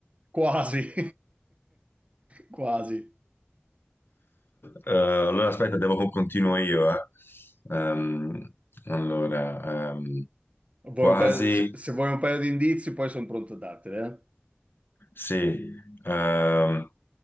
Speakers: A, on the right (about 30°); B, on the left (about 60°).
A: Quasi. <laughs> Quasi.
B: Eh, allora aspetta, devo continuo io, eh. Ehm, allora, ehm,
A: Vuoi
B: quasi
A: un paio- se, se vuoi un paio di indizi, poi sono pronto a darteli, eh.
B: sì. Ehm,